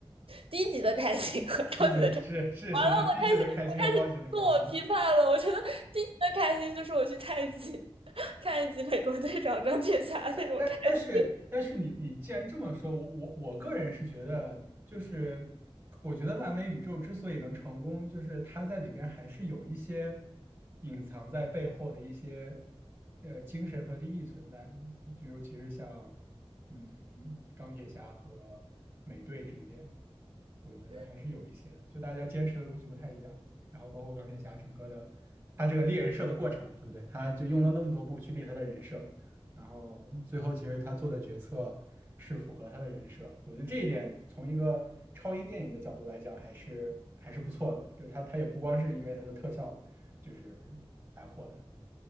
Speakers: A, on the right; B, on the right.
A: 低级的开心和 <laughs> 超级的开心。
B: 低级的是是是是低级的开心和高级的开心，
A: 完了，我开始我开始自我批判了。我觉得低级的开心就是我去看一集 <laughs> 看一集《美国队长》钢铁侠那种开心。
B: 但但但是但是你你既然这么说，我我我个人是觉得，就是我觉得漫威宇宙之所以能成功，就是它在里边还是有一些隐藏在背后的一些呃精神和利益存在的，就尤其是像嗯钢铁侠和美队之间，我觉得还是有一些的，
A: 嗯
B: 就大家坚持的东西不太一样，然后包括钢铁侠整个的他这个立人设的过程，对不对？他就用了那么多部去立他的人设。然后最后其实他做的决策是符合他的人设，我觉得这一点从一个超英电影的角度来讲还是还是不错的，就是他他也不光是因为他的特效就是来火的，